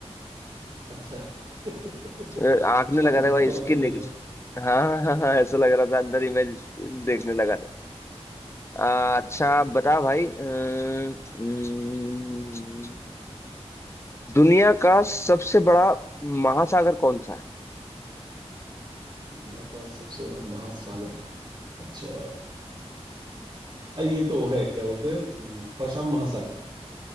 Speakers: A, on the right; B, on the left.
A: अच्छा <laughs> अच्छा
B: <laughs> आंख में लगा था
A: दूर
B: भाई
A: पे
B: स्किन
A: रख के
B: निकल
A: देखना
B: <laughs> हाँ हाँ हाँ हाँ, ऐसा लग रहा था अंदर इमेज देखने लगा था आ, अच्छा
A: अच्छा
B: बता भाई अम, अम, दुनिया का सबसे बड़ा महासागर कौन सा है
A: दुनिया का सबसे बड़ा महासागर अच्छा अ, ये तो है क्या बोलते हैं हम्म, प्रशांत महासागर